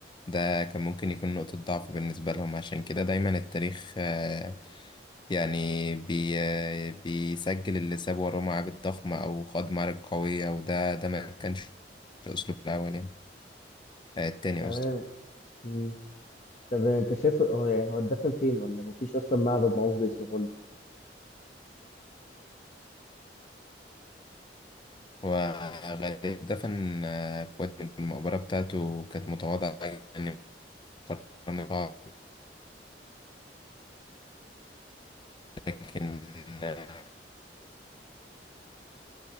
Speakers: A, on the left; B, on the left.
A: ده كان ممكن يكون نقطة ضعف بالنسبة لهم عشان كده دايما التاريخ آه، يعني بي آه، بيسجل اللي ساب وراه معابد ضخمة أو خاض معارك قوية وده ده ما كانش أسلوب الأول يعني آه، التاني
B: تمام
A: قصدي
B: مم. طب أنت شايف هو يعني هو اتدفن فين ولا مفيش أصلا معبد معروف باسمه خالص؟
A: وغالبا دفن آه، في وجه المقبرة بتاعته كانت متواضعة يعني مقارنة لكن آه،